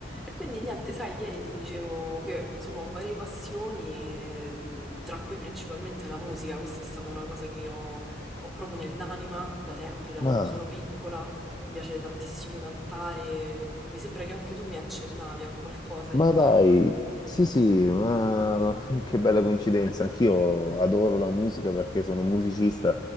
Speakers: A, in the centre; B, on the left.
A: E quindi niente, sai, ieri ti dicevo che insomma ho varie passioni, e, mh, tra cui principalmente la musica. Questa è stata una cosa che ho, ho proprio nell'anima da sempre, da
B: Ma,
A: quando sono piccola. Mi piace tantissimo cantare. Mi sembra che anche tu mi accennavi a qualcosa
B: ma
A: a riguardo.
B: dai, sì sì, ma <laughs> che bella coincidenza, anch'io adoro la musica perché sono un musicista